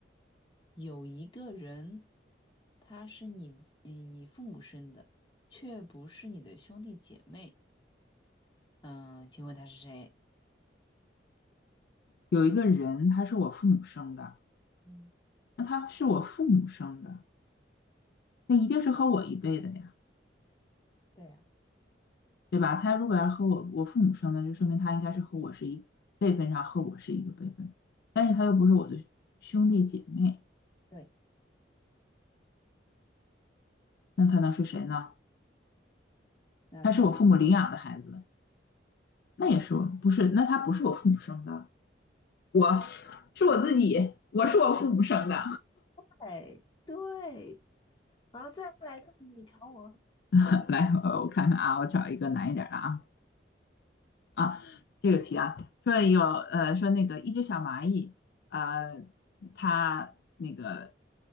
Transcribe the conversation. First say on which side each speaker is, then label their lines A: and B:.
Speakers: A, on the left (about 25°); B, on the left (about 60°).
A: 有一个人，他是你，嗯，你父母生的，却不是你的兄弟姐妹。嗯，请问他是谁？
B: 有一个人，他是我父母生的，
A: 嗯，
B: 那他是我父母生的，那一定是和我一辈的呀，
A: 对呀。
B: 对吧？他如果要和我我父母生的，就说明他应该是和我是一辈分上和我是一个辈分，但是他又不是我的兄弟姐妹，
A: 对。
B: 那他能是谁呢？
A: 那他
B: 他是我父母领养的孩子，那也是我不是？那他不是我父母生的，我是我自己，我是我父母生的。
A: 哎，对，然后再来看你考我。
B: <laughs> 来，呃我看看啊，我找一个难一点的啊啊，这个题啊，说有呃说那个一只小蚂蚁，呃，它那个